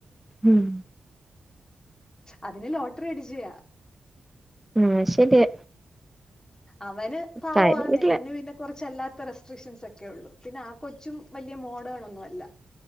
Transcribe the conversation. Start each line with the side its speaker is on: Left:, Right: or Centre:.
Centre: ഉം
Left: അതിന് ലോട്ട്റി അടിച്ചയാ.
Centre: ആഹ് ശെര്യാ.
Left: അവന് പാവവാന്നേ
Centre: കാര്യമില്ല
Left: അവന് പിന്നെ കുറച്ചല്ലാത്ത റസ് ഫിഷൻസക്കെ ഉള്ളൂ പിന്നെ ആ കൊച്ചും വല്ല്യ മോഡേണൊന്നു അല്ല.